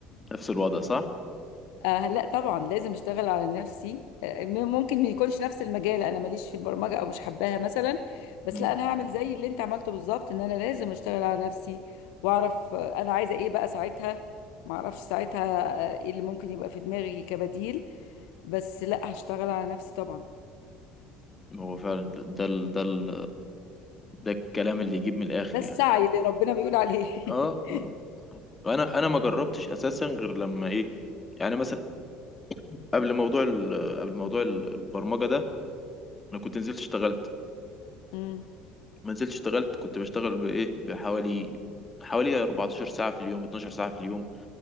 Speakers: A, on the left; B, on the left.
A: نفس الوضع صح
B: آه لا طبعا لازم اشتغل على نفسي آه م- ممكن ما يكونش نفس المجال انا ماليش في البرمجه او مش حباها مثلا بس
A: مم.
B: لا انا هعمل زي اللي انت عملته بالظبط ان انا لازم اشتغل على نفسي واعرف آه انا عايزه ايه بقى ساعتها ما اعرفش ساعتها آه ايه اللي ممكن يبقى في دماغي كبديل بس لا هشتغل على نفسي طبعا
A: هو فعلا ده ده ال... ده ال... ده الكلام اللي يجيب من الاخر
B: ده السعي
A: يعني
B: اللي ربنا بيقول عليه <laughs>
A: اه اه انا انا ما جربتش اساسا غير لما ايه يعني مثلا قبل موضوع ال... قبل موضوع ال- البرمجة ده انا كنت نزلت اشتغلت
B: مم،
A: ما نزلت اشتغلت كنت بشتغل بايه بحوالي حوالي 14 ساعة في اليوم 12 ساعة في اليوم